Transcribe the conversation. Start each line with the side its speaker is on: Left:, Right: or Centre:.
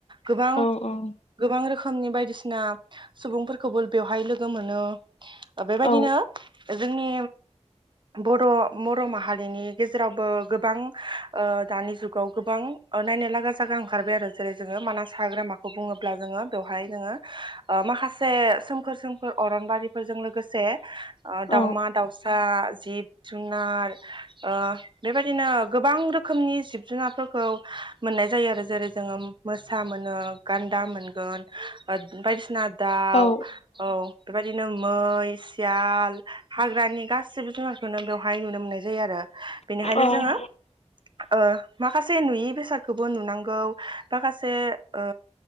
Right: गोबां
Left: औ औ
Right: गोबां रोखोम रोखोमनि बायदिसिना सुबुंफोरखौबो बेवहाय लोगो मोनो बेबायदिनो
Left: औ
Right: जोंनि बर' बर' माहारिनि गेजेरावबो गोबां दानि जुगाव गोबां नायनो लागा जागा ओंखारबाय आरो जेरै जोङो मानास हाग्रामाखौ बुङोब्ला जोङो बेवहाय नोङो ओ माखासे सोमखोर सोमखोर अरनबारिफोरजों लोग लोगोसे ओ
Left: औ
Right: दाउमा दाउसा जिब जुनार ओ बेबायदिनो गोबां रोखोमनि जिब जुनारफोरखौ मोननाय जायो आरो जेरै जोङो मोसा मोनो गान्दा मोनगोन ओ बायदिसिना दाउ
Left: औ
Right: औ बेबायद बिदिनो मै सियाल हाग्रानि गासिबो जुनारखौनो बेवहाय नुनो मोननाय जायोआरो बेनिखायनो
Left: औ
Right: जोङो ओ माखासे नुयै बेसाद खौबो नुनांगौ माखासे ओ